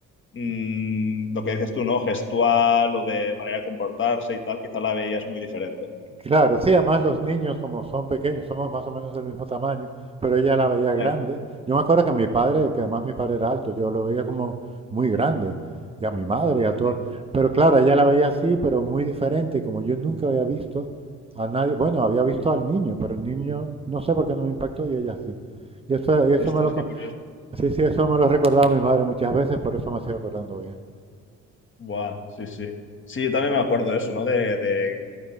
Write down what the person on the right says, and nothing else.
claro, sí, además los niños como son pequeños, somos más o menos del mismo tamaño, pero ella la veía grande.
Yo me acuerdo que a mi padre, que además mi padre era alto, yo lo veía como muy grande, y a mi madre y a
todos. Pero claro, ella la veía así, pero muy diferente, y como yo nunca había visto a nadie, bueno, había visto al niño, pero el niño no sé por qué no me impactó y ella sí. Y eso, y eso
me lo, co-
sí, sí, eso me lo recordaba mi madre muchas veces, por eso me sigo acordando bien.